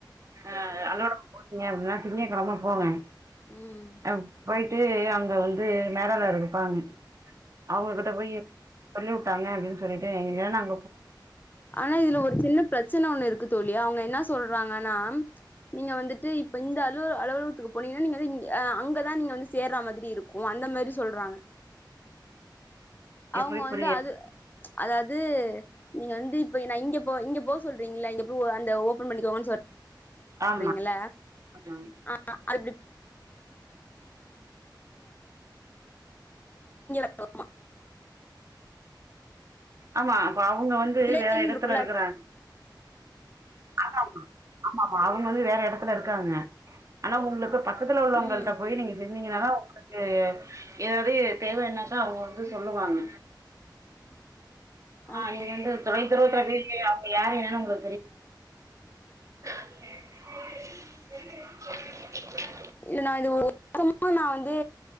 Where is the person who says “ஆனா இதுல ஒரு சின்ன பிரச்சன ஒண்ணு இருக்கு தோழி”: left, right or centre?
Left